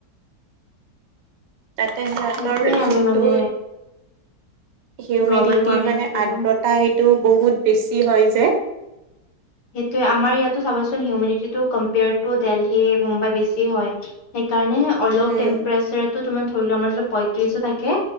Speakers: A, on the right; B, on the left.
A: তাতে সিহঁতৰ
B: সেইটোয়ে আমি
A: যোনটো
B: মানে
A: হিউমিডিটি
B: গ্ল'বেল ৱাৰ্মিংটো
A: মানে আদ্ৰ টা হেইটো বহুত বেছি হয় যে।
B: সেইটোৱে আমাৰ ইয়াতো চাবাচোন হিউমিডিটি টো কম্পেয়াৰ টু দেলহি মুম্বাই বেছি হয়। সেইকাৰণেহে অলপ
A: উম,
B: টেম্পাৰেচাৰটো তোমাৰ ধৰিলোৱা আমাৰ য পঁয়ত্ৰিশো থাকে।